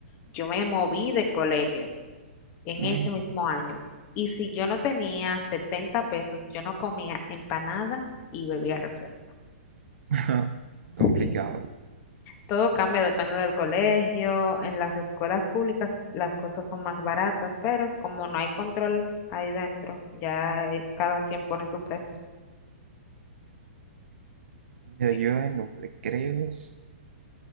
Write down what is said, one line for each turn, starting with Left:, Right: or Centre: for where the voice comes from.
Left: yo me moví de colegio en
Right: Mm.
Left: ese mismo año. Y si yo no tenía 70 pesos, yo no comía empanada y bebía refresco.
Right: <laughs>
Left: Sí,
Right: Complicado.
Left: todo cambia, depende del colegio. En las escuelas públicas las cosas son más baratas, pero como no hay control ahí dentro, ya eh, cada quien pone su precio.
Right: Mira,
Left: Sí.
Right: yo en los recreos